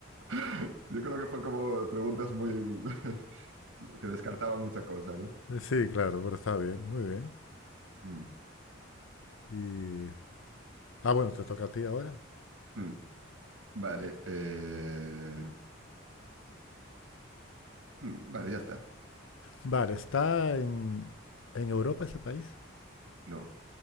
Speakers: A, on the right (about 85°); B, on the left (about 75°).
A: <laughs> yo creo que fue como preguntas muy <laughs> que descartaban mucha cosa, ¿no?
B: Sí, claro, pero está bien, muy bien.
A: Mm.
B: Y... Ah, bueno, te toca a ti ahora.
A: Mm. Vale, eh, mm, vale, ya está.
B: Vale, ¿está en, en Europa ese país?
A: No,